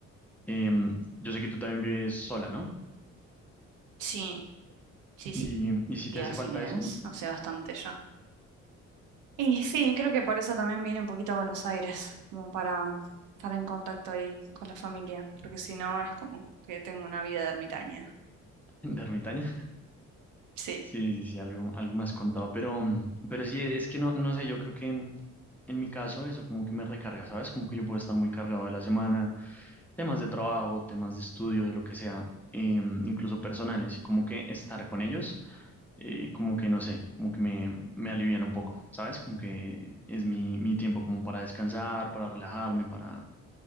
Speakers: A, in the centre; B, on the right.
A: Em, yo sé que tú también vives sola, ¿no?
B: Sí, sí, sí,
A: Y, y si
B: sí,
A: te hace
B: así
A: falta
B: es.
A: eso,
B: Hace bastante ya. Y sí, creo que por eso también viene un poquito a Buenos Aires, como para estar en contacto ahí con la familia, porque si no es como que tengo una vida de ermitaña.
A: <laughs> de ermitaña.
B: Sí,
A: Sí, sí, sí, algo, algo más contado, pero, pero sí, es que no, no sé, yo creo que en, en mi caso eso como que me recarga, ¿sabes? Como que yo puedo estar muy cargado de la semana, temas de trabajo, temas de estudio, de lo que sea, eh, incluso personales, y como que estar con ellos, eh, como que no sé, como que me, me alivian un poco, ¿sabes? Como que es mi, mi tiempo como para descansar, para relajarme, para,